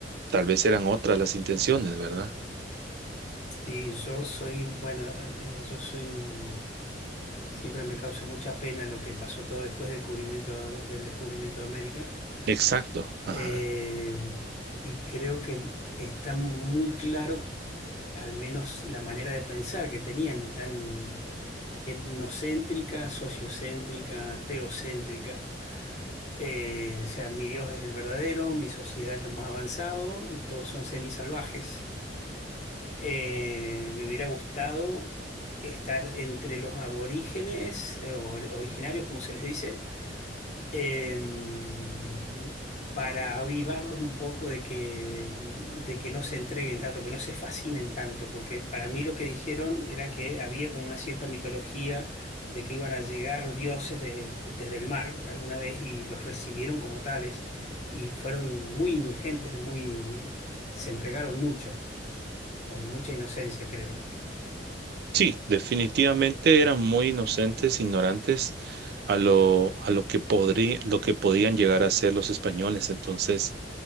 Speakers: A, on the right; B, on the left.
A: tal vez eran otras las intenciones, ¿verdad?
B: Sí, yo soy, bueno, eh, eh, yo soy un... Siempre me causa mucha pena lo que pasó todo después del cubrimiento, del descubrimiento de América.
A: Exacto. Ajá.
B: Eh, y creo que está muy claro, al menos la manera de pensar que tenían, tan etnocéntrica, sociocéntrica, teocéntrica. Eh, o sea, mi Dios es el verdadero, mi sociedad es lo más avanzado y todos son semisalvajes. Eh, me hubiera gustado estar entre los aborígenes, eh, or- originarios, como se les dice em, para avivarlos un poco de que, de que no se entreguen tanto, que no se fascinen tanto, porque para mí lo que dijeron era que había como una cierta mitología de que iban a llegar dioses de- desde el mar alguna vez y los recibieron como tales y fueron muy indulgentes, muy, se entregaron mucho, con mucha inocencia, creo.
A: Sí, definitivamente eran muy inocentes, ignorantes a lo, a lo que podrí- lo que podían llegar a ser los españoles. Entonces,